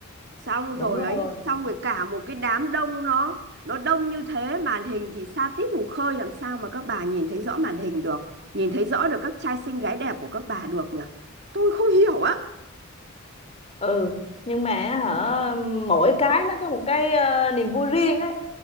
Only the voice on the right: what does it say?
xong
rồi
ấy, xong rồi cả một cái đám đông nó nó đông như thế, màn hình thì xa tít mù khơi làm sao mà các bà nhìn thấy rõ màn hình được, nhìn thấy rõ được các trai xinh gái đẹp của các bà được nhỉ? Tôi không hiểu á.